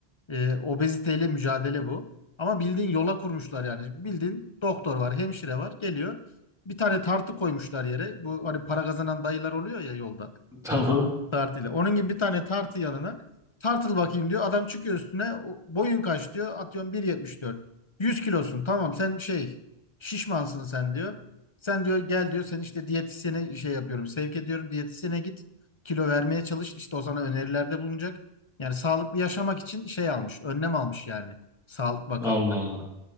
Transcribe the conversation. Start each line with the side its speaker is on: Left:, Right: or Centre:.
Left: E, obeziteyle mücadele bu. Ama bildiğin yola kurmuşlar yani. Bildiğin doktor var, hemşire var, geliyor. Bir tane tartı koymuşlar yere. Bu hani para kazanan dayılar oluyor ya yolda.
Centre: <laughs> tamam.
Left: Tartıyla. Onun gibi bir tane tartı yanına tartıl bakayım diyor. Adam çıkıyor üstüne. O- Boyun kaç diyor. Atıyorum 1.74. 100 kilosun. Tamam sen şey şişmansın sen diyor. Sen diyor gel diyor. Sen işte diyetisyene şey yapıyorum. Sevk ediyorum. Diyetisyene git. Kilo vermeye çalış. İşte o sana önerilerde bulunacak. Yani sağlıklı yaşamak için şey almış. Önlem almış yani. Sağlık Bakanlığı.
Centre: Allah Allah.